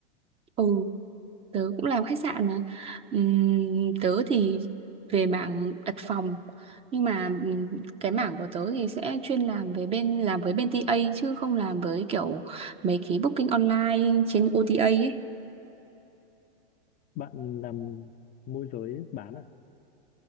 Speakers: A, on the right; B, on the left.
A: ừ tớ cũng làm khách sạn mà Ừm, tớ thì về mảng đặt phòng nhưng mà ừm, cái mảng của tớ thì sẽ chuyên làm về bên làm với bên tê A chứ không làm với kiểu mấy cái booking online trên OTA ấy
B: Bạn làm môi giới bán à?